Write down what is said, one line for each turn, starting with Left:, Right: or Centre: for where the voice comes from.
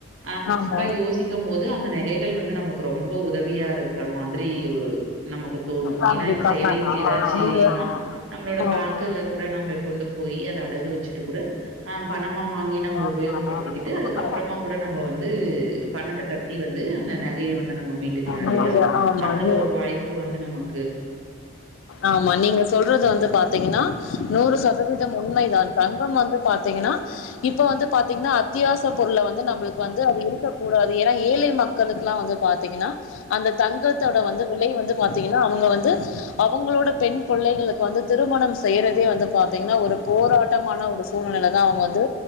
Right: ஆஹ்
Left: ஆமா.
Right: இப்ப யோசிக்கமோது அந்த நகைகள் வந்து நமக்கு ரொம்போ உதவியா இருக்ற மாத்ரீ ஒ நமக்கு தோணு
Left: கண்டிப்பா,
Right: ஏனா இப்ப தேவைக்கு
Left: கண்டிப்பா.
Right: எதாச்சீனா
Left: நீங்க
Right: நம்ளோட
Left: ஆமா.
Right: பேங்க்கல்ல கூட நம்ம கொண்டு போயி அத அடகு வெச்சிட்டு கூட ஆ பணமா வா ங்கீ நம்ம
Left: கண்டிப்பா
Right: உபயோகப்படுத்திகிட்டு அதுக்கப்றமா கூட நம்மொ வந்தூ பணத்த கட்டி வந்து அந்த நகைய வந் து நம்ம மீட்டுக்லா
Left: நீங்க
Right: இல்லையா
Left: ஆமா
Right: அந்த
Left: நீ
Right: ஒரு வாய்ப்பு வந்து நமக்
Left: ஆமா நீங்க சொல்றது வந்து பாத்திங்கனா நூறு சதவீதம் உண்மை தான் தங்கம் வந்து பாத்திங்கனா இப்ப வந்து பாத்திங்னா அத்தியாச பொருள வந்து நம்ளுக்கு வந்து அது இருக்கக்கூடாது ஏனா ஏழை மக்களுக்லா வந்து பாத்தைங்கனா அந்த தங்கத்தோட வந்து விலை வந்து பாத்தைங்கனா அவங்க வந்து அவங்ளோட பெண் பொள்ளைகளுக்கு வந்து திருமணம் செய்றதே வந்து பாத்தைங்னா ஒரு போராட்டமான ஒரு சொ சூழ்நிலதா அவுங்க வந்து